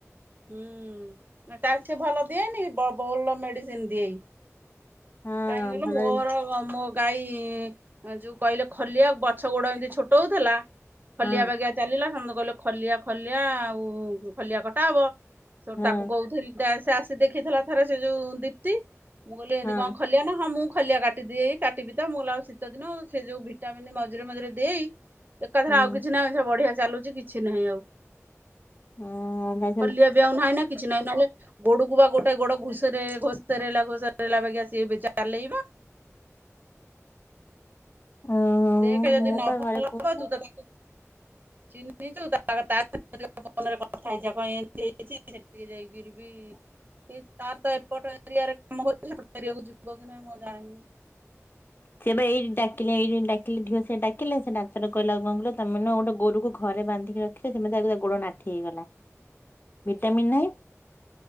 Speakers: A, on the right; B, on the left.
A: ହୁଁ ତାର ସେ ଭଲ ଦିଏନି ବ ଭଲ ମେଡିସିନ ଦିଏ।
B: ହଁ
A: କାହିଁକି କହିଲୁ
B: ଭଲ
A: ମୋର
B: ଜିନି
A: ଅ ମୋ ଗାଈ ଏଁ ଯୋଉ କହିଲେ ଖଲିଆ ପଛ ଗୋଡ ଏମିତି ଛୋଟଉଥିଲା। ଖଲିଆ
B: ହଁ
A: ବାଗିଆ ଚାଲିଲା ସମସ୍ତେ କହିଲେ ଖଲିଆ ଖଲିଆ ଆଉ ଖଲିଆ କଟା ହବ। ସେଉଠୁ
B: ହଁ
A: ତାକୁ କହୁଥିଲି ଦେ ସେ ଆସି ଦେଖିଥିଲା ଥରେ ସେ ଯୋଉ ଦୀପ୍ତି। ମୁଁ କହିଲି ଏମିତି
B: ହଁ
A: କଣ ଖଲିଆ ନା ହଁ ମୁଁ ଖଲିଆ କାଟିଦିଏ କାଟିବି ତ ମୁଁ ଲ ଆଉ ଶୀତ ଦିନ ସେ ଯୋଉ ଭିଟାମିନ ମଝିରେ ମଝିରେ ଦେଇ। ଏକାଥରେ
B: ହୁଁ
A: ଆଉ କିଛି ନାହିଁ ସେ ବଢିଆ ଚାଲୁଛି କିଛି ନାହିଁ ଆଉ।
B: ହଁ ବା
A: ପୋଲିଓ ବି ଆଉ ନାହିଁ ନା କିଛି ନାହିଁ ନହେଲେ। ଗୋଡକୁ ବା ଗୋଟେ ଗୋଡ ଘୁଷାରି ଘୋଷାରେଲା ଘୋଷାରେଲା ବାଗିଆ ସିଏ ବି ଚାଲେଇ ପା।
B: ଅ
A: ଦେଖେ
B: ମୁଁ
A: ଯଦି
B: ମୁଁ
A: ନ
B: ବା
A: ଭଲ
B: ଘରେ କହୁଛି
A: ପାଉଚୁ ତ ତାକୁ ଚିହ୍ନିଚୁ ତା ଆଗ ତା <inaudible> ଫୋନରେ କଥା ହେଇ ଯା କ ଏମିତି ହେଇଚି ସେଠି ଯାଇକିରିବି ଇ ତାର ତ ଏପଟ ଏରିଆରେ କାମ କରୁଚି ସେପଟ ଏରିଆକୁ ଯିବ କି ନାଇ ମୁଁ ଆଉ ଜାଣିନି।
B: ସିଏ ପା ଏଇ ଡାକିଲେ ଏଇଠି ଡାକିଲେ ଢିଅ ସେ ଡାକିଲେ ସେ ଡାକ୍ତର କହିଲା ଙ୍କ କହିଲ ତମେ ନୁହ ଗୋଟେ ଗୋରୁ କୁ ଘରେ ବାନ୍ଧିକି ରଖିଲେ ସେମିତି ତାକୁ ତା ଗୋଡ ନାଠି ହେଇଗଲା। ଭିଟାମିନ ନାହିଁ।